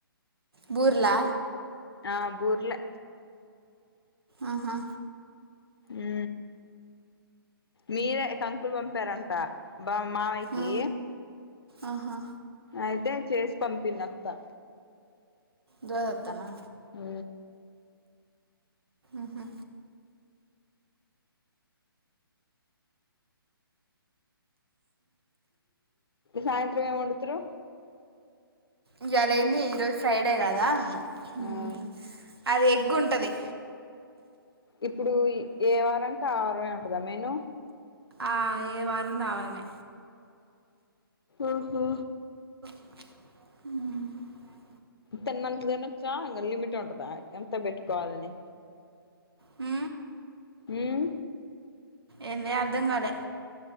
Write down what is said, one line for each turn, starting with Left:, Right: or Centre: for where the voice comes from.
Right: బుర్లా
Left: ఆ బూర్లలే
Right: ఆహా
Left: ఉ మీరే కంకులు పంపారంట బా మామయ్యకి
Right: ఆ, ఆహా
Left: అయితే చేసి పంపింది అత్త
Right: దూద అత్తనా
Left: హు
Right: ఉహు
Left: సాయంత్రం ఏ వండుతురు
Right: ఇయ్యాలేంది ఈరోజు ఫ్రైడే కదా హు
Left: ఆ
Right: అది ఎగ్ గుంటది
Left: ఇప్పుడు ఏ వారానికిఆ వారం ఏ ఉంటుందా మేను
Right: ఆ ఏ వారం ది ఆ వారమే
Left: ఓహో
Right: ఊహ
Left: తిన్నంత తినొచ్చా ఇంగా లిమిట్ ఉంటుందా ఎంత పెట్టుకోవాలని
Right: హు
Left: ఊహు
Right: ఏంది అర్థం కాలే